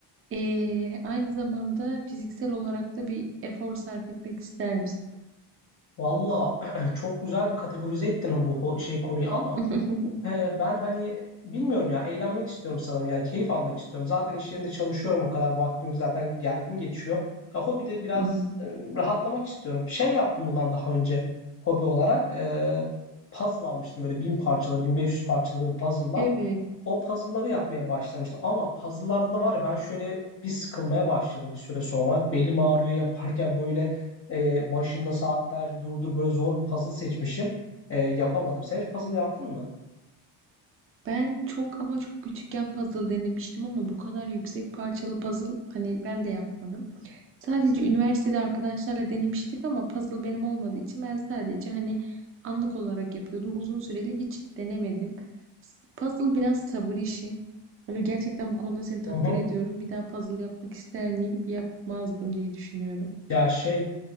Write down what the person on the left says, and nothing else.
Valla <clears throat> çok güzel bir kategorize ettin bu ho- şey konuyu ama
e, ben hani bilmiyorum ya eğlenmek istiyorum sanırım yani keyif almak istiyorum. Zaten iş yerinde çalışıyorum o kadar vaktim zaten gergin geçiyor. Ya hobi de biraz
e, rahatlamak istiyorum. Şey yaptım bundan daha önce hobi olarak e, puzzle almıştım böyle bin parçalı 1500 parçalı böyle puzzle'lar.
o puzzle'ları yapmaya başlamıştım. Ama puzzle'larda da var ya ben şöyle bir sıkılmaya başladım bir süre sonra. Belim ağrıyor yaparken böyle e, başında saatlerce durdur böyle zor bir puzzle seçmişim. E, yapamadım. Sen hiç puzzle yaptın mı?
Hı hı.
Ya şey